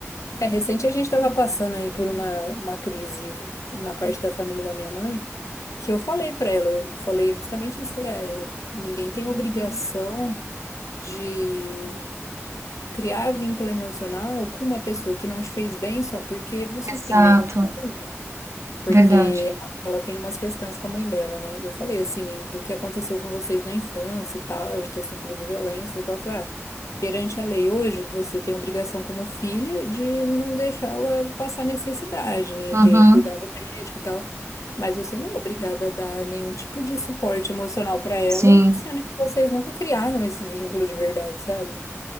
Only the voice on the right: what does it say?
Exato,
verdade.
Uhum.
Sim,